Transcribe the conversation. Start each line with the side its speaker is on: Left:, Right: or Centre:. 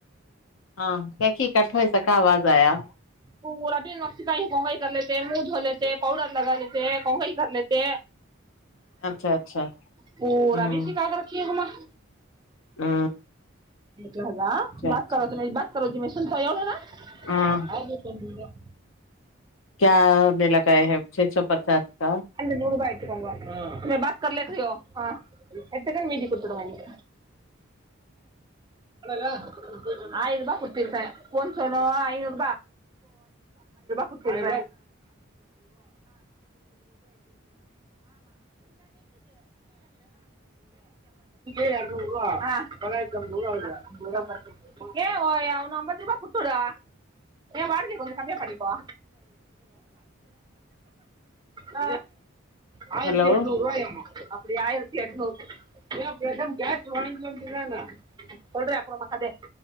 Left: ہاں کیا کہ کٹ ہوئے سکا آواز آیا
Right: روین وقت کا ہی کگائی کر لیتے منہ دھو لیتے پاؤڈر لگا لیتے کگائی کر لیتے
Left: اچھا اچھا
Right: پورا
Left: ہوں
Right: بھی سکا کر رکھی ہوا <inaudible>
Left: ہوں
Right: جی <inaudible> ہوگا
Left: اچھا اچھا
Right: بات کرو ت نہیں بات <inaudible> جی میں <inaudible> س نا
Left: ہاں
Right: <inaudible>
Left: کیا مے لگئے ہے چھ سو پچاس کا <inaudible>
Right: اج ن روپ آکوں گ بات کرر ل کو ہاں <inaudible> ات کن میید کتروا گ <inaudible> آلہا <inaudible> آر رو کتیرک فن سو رو ر رو کتی ر ن <inaudible> ون امت روپ کتیڈا وارک کممیں پنا <inaudible> آئیرتی
Left: ہلو
Right: اٹ ن روائ آام <inaudible> ابڑ آئیرتی اٹ نورم گس وگا <inaudible> سلی اپر م کادے